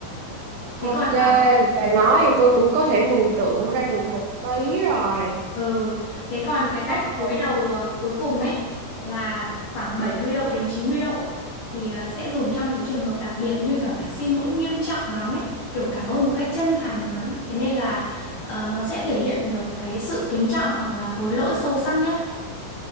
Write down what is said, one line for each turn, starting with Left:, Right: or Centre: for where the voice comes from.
Left: thế
Right: Ok,
Left: còn là
Right: bà nói thì tôi cũng có thể mường tượng ra được một tí rồi.
Left: ừ thế còn cái cách
Right: Ờ, ờ,
Left: cúi đầu à, cuối cùng ấy là khoảng 70 độ đến 90 độ thì à, sẽ dùng trong cái trường hợp đặc biệt như kiểu là xin lỗi nghiêm trọng lắm ấy kiểu cảm ơn một cách chân thành lắm thế nên là ờ, nó sẽ thể hiện được cái sự kính trọng hoặc là hối lỗi sâu sắc nhất